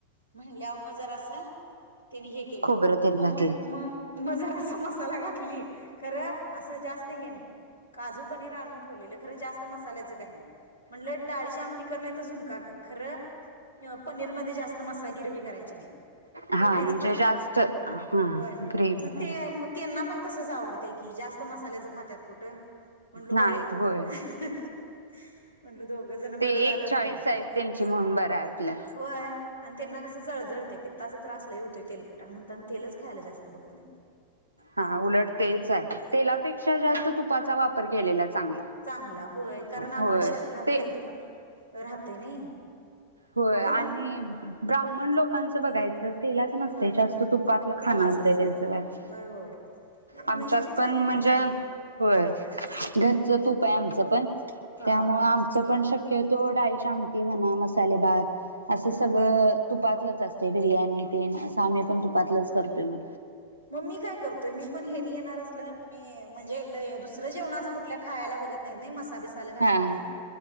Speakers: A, on the left (about 80°); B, on the right (about 80°).
A: म्हणल्यावर मग जरास त्यांनी हे केलं
B: खोबरं तेन
A: मग
B: घातलं
A: म म जरा मसाला घातली खरं अस जास्त हे नाही काजू पनीर आणून ठेवलेलं खरं जास्त मसाल्याचं काय नाही म्हणलं डाळीची आम- टी कर नाही तर झुणका कर खरं पनीर मध्ये जास्त मसा गिरवी करायची नाही
B: हा
A: तेवढीच
B: म्हणजे
A: फडपडीत
B: जास्त हा
A: होय
B: ग्रेव्ही
A: मग
B: काय
A: ते मग त्यांना पण तसच आवडतंय की जास्त मसाल्याचं खात्यात कुठं म्हणलो बरं
B: नाहीत
A: झालं
B: होय.
A: <unintelligible> म्हटल दोघ जण बरं
B: ते
A: झालं
B: एक चाळीस
A: म्हणलं
B: आहेत त्यांची म्हणून बरं आहे आपलं
A: होय आणि त्यांना कसं जळजळतंय पित्ताचा त्रास लई होतोय तेलकटानं म्हणतान तेलच खायला जास्त बघत नाही
B: हां उलट
A: काय करणार
B: तेच आहे तेलापेक्षा जास्त तुपाचा चा वापर केलेला चांगला.
A: चांगला होय कारण आपल्या
B: होय
A: शरीरात
B: ते
A: हेल्दी पण राहतेय नाही
B: होय
A: पण
B: आणि ब्राह्मण लोकांचं बघायचं तेलाच न
A: होय
B: जास्त तुपातलं खाण
A: तुपाचच
B: असत
A: सगळं
B: त्यांनच
A: होय होय म्हणजे
B: आमच्यात
A: जिथल्या
B: पण
A: तिथं
B: म्हणजे
A: असते ग
B: होय घरच तूप आमचं पण
A: हा
B: त्यामुळे आमचं पण शक्य की तूर डाळीची आमटी म्हणा मस्त सालेबाद असं
A: हा
B: सगळं तुपातलंच असतंय बिर्याणी तेन असं आम्ही पण तुपातलंच करतोय मग
A: मग मी काय करतोय मी पण हेनी येणार असलं मी म्हणजे दुसरं जेवणाच कुठल्या खायला बघत नाही नाही मस् मसाला बिसाले घातलेलं
B: हा